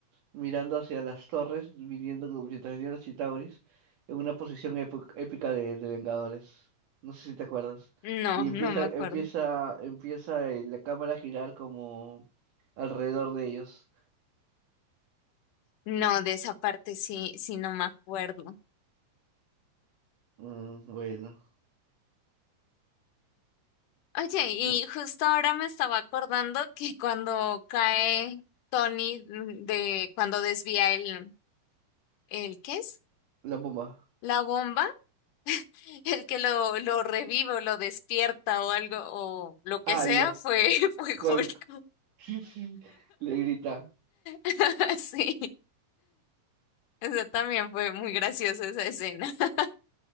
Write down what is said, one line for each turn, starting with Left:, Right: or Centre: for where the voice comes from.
Right: mirando hacia las torres, viniendo mientras venían los Chitauris, en una posición épo- épica de, de Vengadores. No sé si te acuerdas.
Left: No,
Right: Y empieza,
Left: no me
Right: empieza,
Left: acuerdo.
Right: empieza eh, la cámara a girar como alrededor de ellos.
Left: No, de esa parte sí, sí no me acuerdo.
Right: Mm, bueno.
Left: Oye, y
Right: Ya,
Left: justo ahora me estaba acordando que cuando cae Tony de, cuando desvía el, el, ¿qué es?
Right: La bomba.
Left: La bomba, <laughs> el que lo, lo revive o lo despierta o algo, o lo que
Right: Ah,
Left: sea,
Right: ya.
Left: fue, <laughs> fue
Right: Hulk.
Left: Hulk.
Right: Sí, sí. Le grita.
Left: <laughs> Sí. Eso también fue muy graciosa esa escena. <laughs>